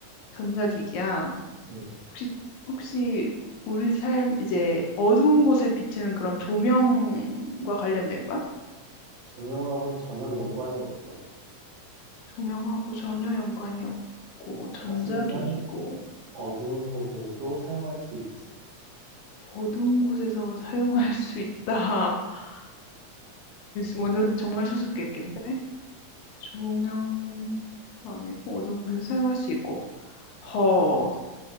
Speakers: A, on the left; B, on the right.
A: 전자기기야.
B: 음,
A: 혹시, 혹시 우리 삶, 이제 어두운 곳을 비추는 그런 조명과 관련된 거야?
B: 조명하고는 전혀 연관이 없어.
A: 조명하고 전혀 연관이 없고, 전자기기고,
B: 하지만 어두운 곳에서도 사용할 수 있지.
A: 어두운 곳에서 사용할 수 있다. <laughs> 완전, 정말 수수께끼인데? 조명도 아니고 어두운 곳에서 사용할 수 있고. 허,